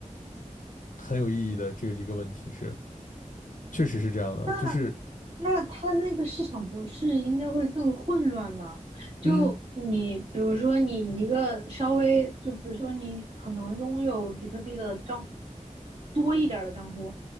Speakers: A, on the left (about 85°); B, on the right (about 50°).
A: 很有意义的这个一个问题是，确实是这样的，
B: 那
A: 就是
B: 那它那个市场不是应该会更混乱吗？就你比如说你一个稍微就比如说你可能拥有比特币的账
A: 嗯。
B: 多一点儿的账户，